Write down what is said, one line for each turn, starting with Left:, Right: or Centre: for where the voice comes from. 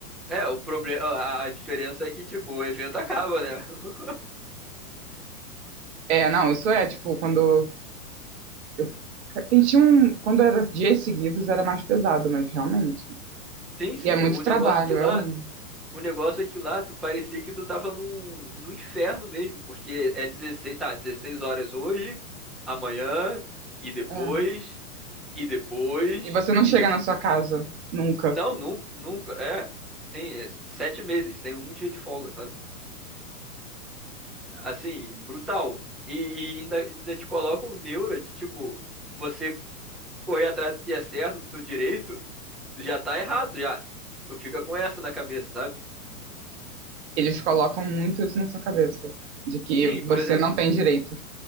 Centre: É, o problema, a, a diferença é que, tipo, o evento acaba, né? <laughs>
Right: É, não, isso é tipo quando eu tem- tinha um, quando era dias seguidos era mais pesado, mas realmente.
Centre: Sim, sim,
Right: E é muito
Centre: o negócio
Right: trabalho,
Centre: que lá
Right: é horrível.
Centre: O negócio é que lá tu parecia que tu tava num, num inferno mesmo, porque é dezesseis tá, 16 horas hoje, amanhã, e depois,
Right: É.
Centre: e depois,
Right: E você não chega
Centre: e depois.
Right: na sua casa nunca.
Centre: Não, nunca, nunca, é. Sim, é sete meses, tem um dia de folga, sabe? Assim, brutal. E, e ainda, ainda te colocam neura de tipo, você correr atrás do que é certo, do seu direito, tu já tá errado, já. Tu fica com essa na cabeça, sabe?
Right: Eles colocam muito isso na sua cabeça, de que
Centre: Sim,
Right: você
Centre: por exemplo,
Right: não tem direitos.